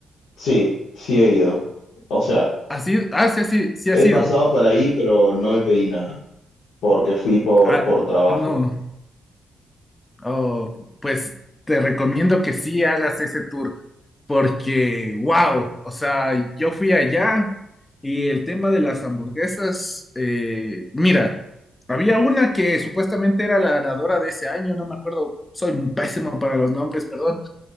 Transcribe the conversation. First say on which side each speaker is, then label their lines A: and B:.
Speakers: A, on the left; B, on the left.
A: Sí, sí he ido. O sea,
B: Así, ah, sí, así, sí
A: he
B: ha sido.
A: pasado por ahí, pero no me pedí nada. Porque fui por,
B: Ah,
A: por trabajo,
B: no. Oh, pues te recomiendo que sí hagas ese tour, porque, wow, o sea, yo fui allá y el tema de las hamburguesas, eh, mira, había una que supuestamente era la ganadora de ese año, no me acuerdo, soy pésimo para los nombres, perdón,